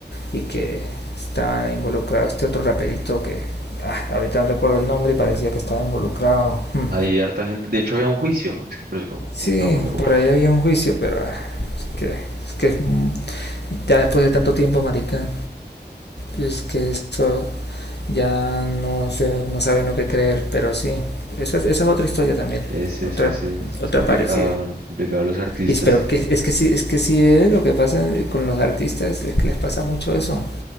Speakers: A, on the left; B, on the right.
A: y que estaba involucrado este otro raperito que ah, ahorita no recuerdo el nombre y parecía que estaba involucrado. Hmm.
B: Hay harta gente. De hecho, había un juicio. Es que por eso, como, como
A: Sí,
B: que todo el mundo.
A: por
B: uf,
A: ahí había un juicio, pero ah, es que es que mm, ya después de tanto tiempo, marica, es que eso ya no se no sabe no qué creer, pero sí, esa, es- esa es otra historia también,
B: es, es,
A: otra
B: es, es-
A: otra
B: es complicado,
A: parecida.
B: complicado los artistas.
A: Y, pero que, es que sí, es que sí es lo que pasa con los artistas, es que les pasa mucho eso,